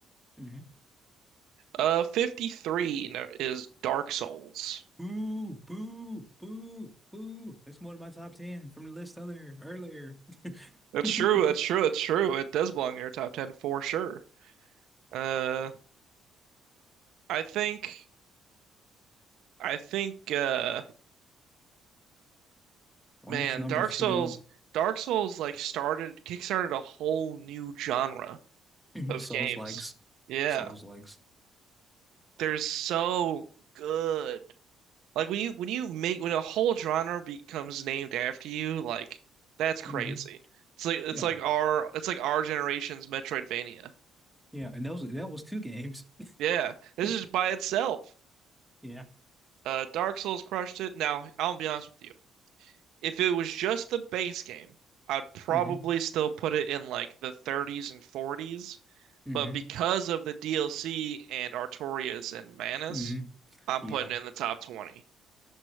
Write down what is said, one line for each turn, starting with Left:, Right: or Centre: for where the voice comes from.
Centre: hmm
Right: Uh, 53 no- is Dark Souls.
Centre: Boo, boo, boo, boo. That's one of my top 10 from the list other earlier.
Right: That's
Centre: <laughs>
Right: true, that's true, that's true. It does belong in your top 10 for sure. Uh, I think I think uh
Centre: Ranks
Right: man,
Centre: number
Right: Dark
Centre: two,
Right: Souls Dark Souls like started kickstarted a whole new genre
Centre: <clears throat>
Right: of
Centre: Souls
Right: games.
Centre: likes.
Right: Yeah.
Centre: Souls likes.
Right: They're so good. Like when you when you make when a whole genre becomes named after you, like that's crazy.
Centre: hmm
Right: It's like it's
Centre: Yeah.
Right: like our it's like our generation's Metroidvania.
Centre: Yeah. And that was that was two games. <laughs>
Right: Yeah. This is by itself.
Centre: Yeah.
Right: Uh Dark Souls crushed it. Now, I'll be honest with you. If it was just the base game, I'd probably
Centre: hmm
Right: still put it in like the 30s and 40s,
Centre: hmm
Right: but because of the DLC and Artorias and Manus,
Centre: hmm
Right: I'm
Centre: Yeah.
Right: putting it in the top 20,